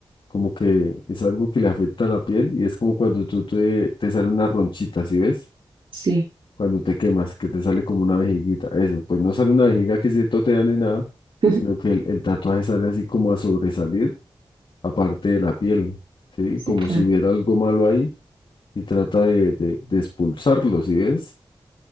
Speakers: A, on the left (about 75°); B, on the right (about 80°).
A: como que es algo que le afecta a la piel y es como cuando tú te, te sale una ronchita, ¿sí ves?
B: sí,
A: cuando te quemas, que te sale como una vejiguita. Eso, pues no sale una vejiga que se totea ni nada,
B: <laughs>
A: sino que el, el tatuaje sale así como a sobresalir, aparte de la piel, ¿sí?
B: sí,
A: Como
B: claro.
A: si hubiera algo malo ahí y trata de, de, de expulsarlo, ¿sí ves?